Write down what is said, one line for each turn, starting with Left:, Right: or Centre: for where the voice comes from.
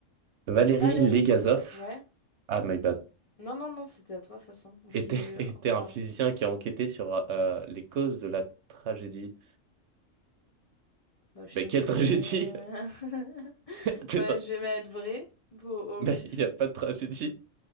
Right: Valérie
Left: Valérie.
Right: Legazov.
Left: Ouais.
Right: Ah, my bad.
Left: Non, non, non, c'était à toi, de toute façon. On fait
Right: Était,
Left: eu
Right: <laughs> était
Left: un par
Right: un physicien
Left: un.
Right: qui a enquêté sur euh, les causes de la tragédie.
Left: Bah, je
Right: Mais
Left: sais même
Right: quelle
Left: pas ce
Right: tragédie?
Left: que... j'ai.
Right: <laughs>
Left: <laughs> bah, je vais mettre vrai au, au
Right: Mais
Left: pif.
Right: <laughs> il n'y a pas de tragédie.